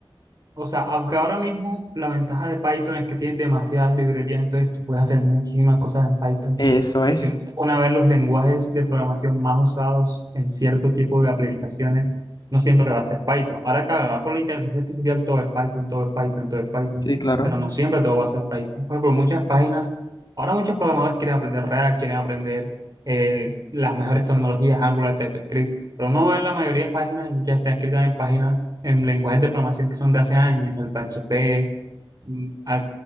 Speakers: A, on the right; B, on the left.
A: o sea, aunque ahora mismo la ventaja de Python es que tienes demasiadas librerías, entonces tú puedes hacer muchísimas cosas en Python.
B: Eso es,
A: Si uno se pone a ver los lenguajes de programación más usados en cierto tipo de aplicaciones, no siempre va a ser Python. Ahora, claro, ahora por la inteligencia artificial todo es Python, todo es Python, todo es Python,
B: sí, claro.
A: pero no siempre todo va a ser Python. Por ejemplo, muchas páginas, ahora muchos programadores quieren aprender React, quieren aprender eh, las mejores tecnologías, Angular, TypeScript pero uno ve la mayoría de páginas y ya están escritas en páginas, en lenguajes de programación que son de hace años, el PHP, mm, a-